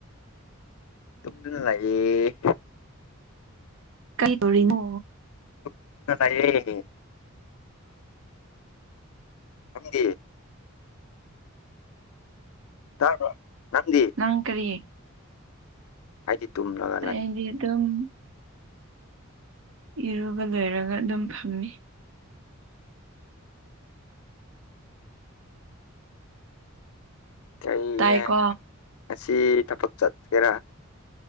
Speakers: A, on the left; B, on the right.
A: ꯇꯨꯝꯗꯨꯅ ꯂꯥꯛꯑꯦ
B: ꯀꯩꯗꯧꯔꯤꯅꯣ
A: <unintelligible> ꯅꯪꯗꯤ ꯇꯕꯔꯣ ꯅꯪꯗꯤ
B: ꯅꯪ ꯀꯔꯤ
A: ꯑꯩꯗꯤ ꯇꯨꯝꯂꯒꯥ
B: ꯑꯩꯗꯤ ꯑꯗꯨꯝ ꯏꯔꯨꯕ ꯂꯣꯏꯔꯒꯥ ꯑꯗꯨꯝ ꯐꯝꯃꯤ
A: ꯆꯩꯌꯦ
B: ꯇꯥꯏꯀꯣ
A: ꯉꯁꯤ ꯊꯕꯛ ꯆꯠꯀꯦꯔꯥ